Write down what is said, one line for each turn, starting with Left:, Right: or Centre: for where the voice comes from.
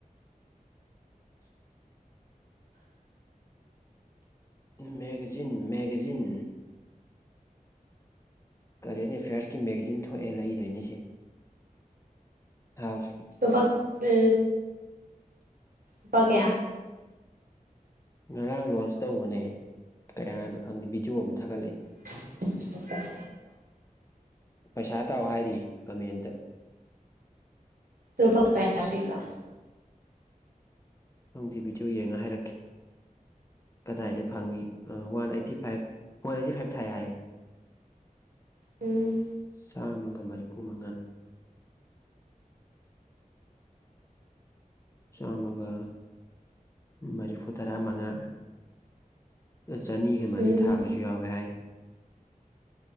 Left: ꯏꯝ ꯃꯦꯒꯥꯖꯤꯟ ꯃꯦꯒꯥꯖꯤꯟ ꯀꯔꯦꯟ ꯑꯦꯐꯤꯌꯔꯁꯀꯤ ꯃꯦꯒꯖꯤꯟ ꯊꯣꯛꯑꯦ ꯂꯩꯗꯣꯏꯅꯤꯁꯦ ꯍꯥꯞ
Right: ꯂꯨꯄꯛ ꯑ ꯂꯨꯄꯥ ꯀꯌꯥ
Left: ꯉꯔꯥꯡ ꯂꯣꯟꯁ ꯇꯧꯕꯅꯦ ꯀꯌꯥꯅꯣ ꯈꯪꯗꯦ ꯚꯤꯗꯤꯑꯣ ꯑꯃ ꯊꯥꯒꯠꯂꯛꯑꯦ
Right: <unintelligible>
Left: ꯄꯩꯁꯥ ꯇꯥꯎ ꯍꯥꯏꯔꯤ ꯀꯃꯦꯟꯗ
Right: ꯂꯨꯄꯥ ꯀꯌꯥ ꯄꯤꯕ
Left: ꯔꯪꯗꯦ ꯕꯤꯗꯤꯑꯣ ꯌꯦꯡꯉ ꯍꯥꯏꯔꯛꯀꯦ ꯀꯗꯥꯏꯗ ꯐꯪꯉꯤ ꯑ one eighty five one eighty five ꯊꯥꯏ ꯍꯥꯏꯔꯤ
Right: ꯎꯝ
Left: ꯆꯥꯝꯃꯒ ꯃꯔꯤꯐꯨ ꯃꯉꯥ ꯆꯥꯝꯃꯒ ꯃꯔꯤꯐꯨꯇꯔꯥꯃꯉꯥ ꯑ ꯆꯅꯤꯒ ꯃꯔꯤ
Right: ꯎꯝ
Left: ꯊꯥꯕꯁꯨ ꯌꯥꯎꯋꯦ ꯍꯥꯏ